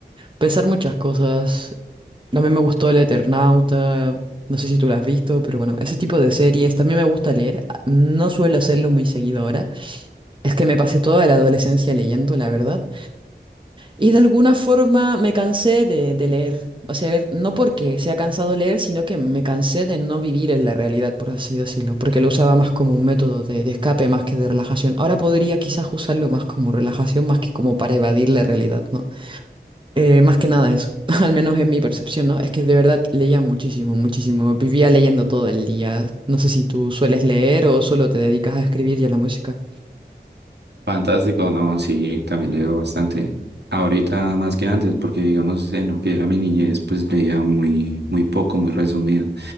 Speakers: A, on the right (about 30°); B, on the right (about 70°).
A: Pensar muchas cosas. También me gustó El Eternauta. No sé si tú lo has visto, pero bueno, ese tipo de series. También me gusta leer. ah, No suelo hacerlo muy seguido ahora. Es que me pasé toda la adolescencia leyendo, la verdad. Y de alguna forma me cansé de, de leer. O sea, a ver, no porque sea cansado leer, sino que me cansé de no vivir en la realidad, por así decirlo. Porque lo usaba más como un método de, de escape más que de relajación. Ahora podría quizás usarlo más como relajación, más que como para evadir la realidad, ¿no? Eh, más que nada eso, <laughs> al menos es mi percepción, ¿no? Es que de verdad leía muchísimo, muchísimo. Vivía leyendo todo el día. No sé si tú sueles leer o solo te dedicas a escribir y a la música.
B: Fantástico, no, sí, también leo bastante. Ahorita más que antes, porque digamos en lo que era mi niñez, pues leía muy, muy poco, muy resumido.